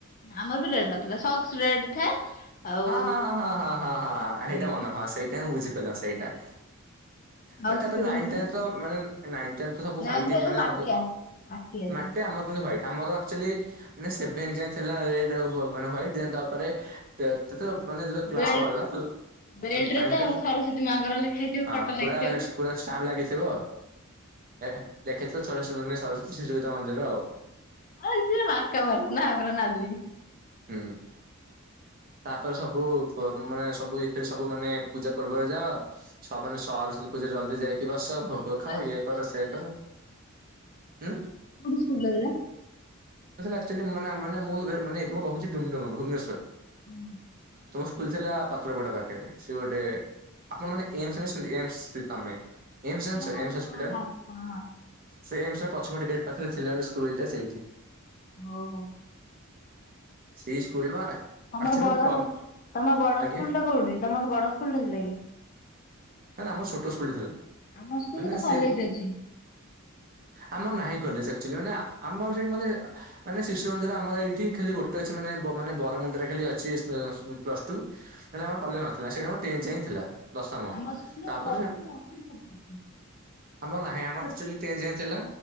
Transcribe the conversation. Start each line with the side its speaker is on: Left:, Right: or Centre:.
Left: ଆମର ବି ରେଡ ନଥିଲା ସକ୍ସ ରେଡ ଥାଏ। ଆଉ
Right: ହଁ ହଁ ହଁ ହଁ ହଁ ହଁ ହଁ
Left: ସେଇଠି
Right: ହେଇଟା ମନେ ହଁ ସେଇଟା ମୁଁ ବୁଝିପାଇଲି ସେଇଟା।
Left: ସକ୍ସ
Right: ବଟ୍ ତାପରେ ଲାଇନଟାତ
Left: ରେଡ ଥାଏ
Right: ମାନେ ନାଇଁ ତମ ତ ସବୁ
Left: ନାଇଁ
Right: ହ୍ୟୁଇଟି
Left: ସେଟା
Right: ମାନେ
Left: ମାଟିଆ
Right: ସବୁ
Left: ମାଟିଆ ଥିଲା।
Right: ନାଟେ <unintelligible> ଆମର କିନ୍ତୁ ହ୍ୟୁଇଟ। ଆମର ଆକ୍ଚୁଲି ଆମେ ସେଭେନ ଯାଏ ଥିଲା ରେଡ ଆଉ ମାନେ ହ୍ୱାଇଟ ଦେନ ତାପରେ ତେତେତ ମାନେ ଯେତେବେଳେ କ୍ଲାସ
Left: ବେଲ୍ଟ
Right: ବଢିଲା <unintelligible>
Left: ବେଲ୍ଟ
Right: ମାନେ
Left: ରେ
Right: ଟାଇମ୍
Left: ତ
Right: ଟା
Left: ସରସ୍ଵତୀ ମାଙ୍କର ଲେଖା ହେଇଥିବ
Right: ହଁ
Left: ଫଟୋ ଲାଗିଥିବ।
Right: ପୁରା ପୁରା ଷ୍ଟାମ୍ପ ଲାଗିଥିବ। ଲେଖା ଲେଖା ହେଇଥିବ ସରସ୍ବତୀ ସରସ୍ବତୀ ଶିଶୁବିଦ୍ୟାମନ୍ଦିର ଆଉ।
Left: ଆ ସେ ମାମାର୍କା ମରା ନା ଆମର ନଲି।
Right: ହୁଁ। ତାପରେ ସବୁ ମାନେ ସବୁ ଏଥିରେ ସବୁ ମାନେ ପୂଜା ପର୍ବରେ ଯାଅ ମାନେ ସଅ ସରସ୍ଵତୀ ପୂଜା ଜଲଦି ଯାଇକି ଏଠି ବସ
Left: କୋଉ
Right: ଭୋଗ
Left: ସ୍କୁଲରେ
Right: ଖାଅ ଇଏ କର
Left: କୋଉ ସ୍କୁଲରେ
Right: ସିଏ କର। ଉଁ ମୋ <unintelligible>
Left: କୋଉଠି ସ୍କୁଲରେ ଦେଲା
Right: ଆକଚ୍ୟୁଲି ମାନେ ମାନେ ମୁଁ ଏବେ ମାନେ ରହୁଚି ଡୁମଡୁମ ଭୁବନେଶ୍ଵର।
Left: ହଁ।
Right: ତମ ସ୍କୁଲ ଥିଲା ପାତ୍ରପଡା ପାଖରେ ସେ ଗୋଟେ ଆପଣ ମାନେ ଏମ୍ସ ରେ ଅଛନ୍ତି ଏମ୍ସ ତମେ ଏମ୍ସ ଜାଣିଚ
Left: ହଁ ହଁ
Right: ଏମ୍ସ ହସ୍ପିଟଲ?
Left: ହଁ ହଁ ହଁ।
Right: ସେ ଏମ୍ସ ର ପଛପଟ ଗେଟ ପାଖରେ ଥିଲା ଗୋଟେ ସ୍କୁଲଟା ସେଇଠି।
Left: ଓହୋ।
Right: ସେଇ ସ୍କୁଲ ବା
Left: ତମର
Right: ଆକ୍ଚୁଆଲି
Left: ବଡ
Right: ମୁଁ ପ୍ଲମ୍
Left: ତମର ବଡ
Right: ଆଜ୍ଞା
Left: ସ୍କୁଲ ଟା କୋଉଠି ତମର ବଡ ସ୍କୁଲ ଟା ଥିଲା କି?
Right: ନା ଆମର ଛୋଟ ସ୍କୁଲଟେ ଥିଲା।
Left: ଆମ ସ୍କୁଲରେ
Right: ମାନେ
Left: ତ କଲେଜ
Right: ସେ
Left: ଅଛି
Right: ଆମର ନାହିଁ କଲେ ସେ ଆୁକଚୁଆଲି ମାନେ ଆ ଆମର ସେଠି ମାନେ ମାନେ ଶିଶୁ ମନ୍ଦିର ଆମର ଏଇଠି ଖାଲି ଗୋଟେ ଅଛି ମାନେ ବ ମାନେ ବରମୁଣ୍ଡରେ ଖାଲି ଅଛି ସ୍କୁ ସ ପ ପ୍ଲସ୍ ଟୁ ନହେଲେ ଆମର କଲେଜ ନଥିଲା ସେଇଠି ଆମର ଟେନ୍ ଯାଏ ହିଁ ଥିଲା ଦଶମ
Left: ଆମ ସ୍କୁଲ ରେ
Right: ତାପରେ
Left: ପ୍ଲସ ଟୂ ପ୍ଲସ ଥ୍ରୀ ସବୁ ଅଛି।
Right: ଆମର ନାହିଁ ଆମର ଆକ୍ଚୁଆଲି ଟେନ୍ ଯାଏ ଥିଲା।